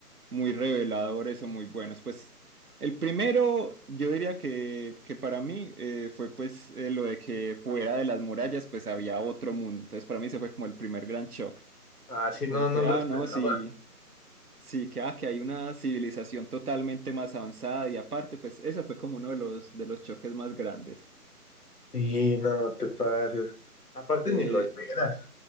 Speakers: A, on the right (about 70°); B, on the left (about 70°).
A: muy reveladores o muy buenos. Pues, el primero, yo diría que, que para mí eh, fue, pues, eh, lo de que fuera de las murallas, pues, había otro mundo. Entonces, para mí, se fue como el primer gran shock.
B: así no,
A: Como que,
B: no lo
A: ah,
B: esperaba.
A: no, sí, Sí, que, ah, que hay una civilización totalmente más avanzada y aparte, pues eso fue como uno de los, de los choques más grandes.
B: Y no te pases. Aparte
A: Eh,
B: ni lo esperas.